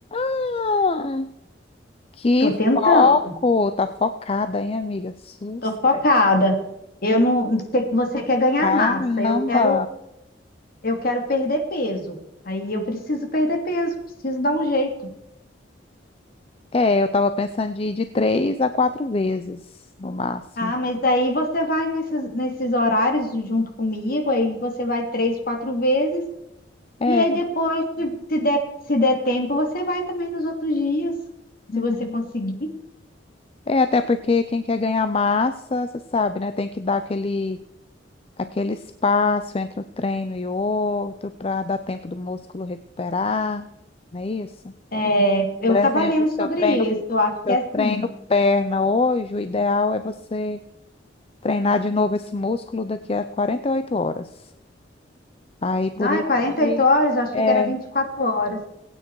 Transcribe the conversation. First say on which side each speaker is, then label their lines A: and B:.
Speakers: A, on the left (about 30°); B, on the left (about 50°).
A: Ah, Que
B: Tô tentando,
A: foco! Tá focada, hein, amiga? Sucesso.
B: tô focada. Eu não, você você quer ganhar
A: Caramba!
B: massa, eu quero, eu quero perder peso. Aí eu preciso perder peso, preciso dar um jeito.
A: É, eu tava pensando de ir de três a quatro vezes, no máximo.
B: Ah, mas aí você vai nesses, nesses horários junto comigo, aí você vai três, quatro vezes,
A: É,
B: E aí depois, se se der, se der tempo, você vai também nos outros dias, se
A: uhum.
B: você conseguir.
A: É, até porque quem quer ganhar massa, você sabe, né? Tem que dar aquele, aquele espaço entre um treino e outro para dar tempo do músculo recuperar, não é isso?
B: É, eu
A: Por
B: estava
A: exemplo,
B: lendo
A: se
B: sobre
A: eu treino,
B: isso, eu acho
A: se
B: que é
A: eu
B: assim.
A: treino perna hoje, o ideal é você. treinar de novo esse músculo daqui a 48 horas. Aí por
B: Não,
A: isso
B: é 48
A: que
B: horas, eu achei
A: é,
B: que era 24 horas.